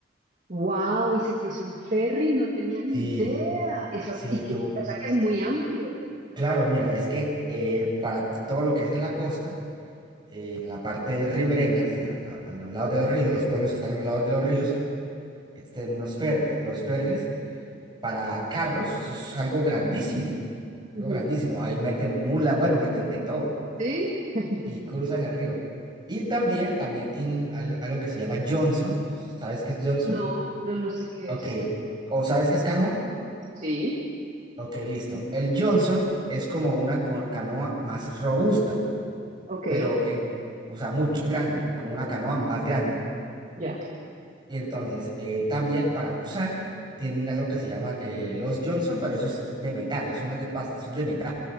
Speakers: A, on the right; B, on the right.
A: Wow, y se cruzan ferry, no tenía ni
B: Sí,
A: idea. Eso,
B: sí,
A: y que,
B: tú.
A: o sea que es muy amplio.
B: Claro, mira, es que eh, para todo lo que es en la costa, eh, en la parte ribereña, a, la- a los lados de los ríos, los pueblos que están a los lados de los ríos, existen unos ferries. Los ferries para carros, eso es algo grandísimo,
A: Ujú.
B: algo grandísimo. Ahí meten mulas, bueno, meten de todo
A: ¿Sí? <laughs>
B: y cruzan el río. Y también, también tienen al- algo que se llama Johnson. ¿Sabes qué es Johnson?
A: No, no, no sé qué
B: Ok.
A: es.
B: ¿O sabes qué es canoa?
A: Sí,
B: Ok, listo. El Johnson es como una co- canoa más robusta.
A: ok,
B: pero, eh, o sea, mucho más grande, como una canoa más grande.
A: ya.
B: Y entonces, eh, también para usar, tienen algo que se llaman eh, los Johnson, pero eso es de metal, eso no es de pasta, eso es de metal,